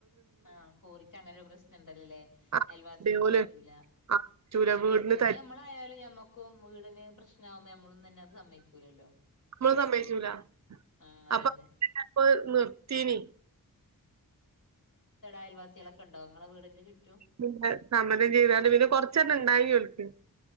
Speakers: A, on the left; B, on the right.
A: ആ കോറിക്കങ്ങനൊര് പ്രശ്നംണ്ടല്ലൊല്ലേ
B: ആഹ്
A: അയൽവാസികൾക്ക്
B: അതേപോലെ
A: പറ്റൂല
B: ആഹ് പറ്റൂല
A: ചുറ്റെടുത്തിള്ള
B: വീടിന്
A: അത്
B: തരും
A: ഞമ്മളായാലും ഞമ്മക്കും വീടിന് പ്രശ് നാവുമ്പം എമ്മളും തന്നെ അത് സമ്മയിക്കൂലല്ലോ
B: നമ്മള് സമ്മയിച്ചൂല
A: ആ അതെന്നെ
B: അപ്പൊ അപ്പൊ നിർത്തീനി
A: അയൽവാസികളൊക്കെ ഉണ്ടോ ഇങ്ങളെ വീടിന്റെ ചുറ്റും
B: പിന്നെ സമ്മതം ചെയ്താണ്ട് പിന്നെ കൊറച്ചെറ്റം ഇണ്ടായീനി ഓൽക്